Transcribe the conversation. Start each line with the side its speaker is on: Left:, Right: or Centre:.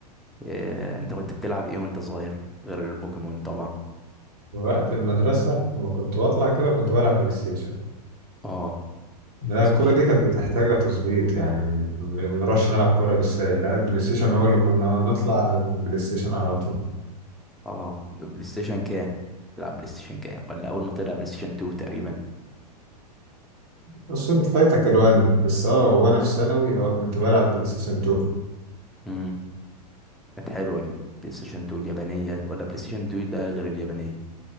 Centre: آه، انت كنت بتلعب ايه وانت صغير غير بوكيمون طبعا
Right: وقت المدرسة لما كنت بطلع كده كنت بلعب بلاي ستيشن
Centre: اه
Right: لا
Centre: بلاي
Right: الكورة
Centre: ستيشن
Right: دي كانت بتحتاج تظبيط يعني ما بنروحش نلعب كورة بالسهل لا البلاي ستيشن هو اللي كنا نطلع على البلاي ستيشن على طول
Centre: اه بلاي ستيشن كام تلعب بلاي ستيشن كام ولا اول ما طلع بلاي ستيشن 2 تقريبا
Right: بس انت فايتك الوان بس اه وانا في ثانوي اه كنت بلعب بلاي ستيشن 2
Centre: امم كانت حلوة البلاي ستيشن 2 اليابانية ولا بلاي ستيشن 2 ده غير اليابانية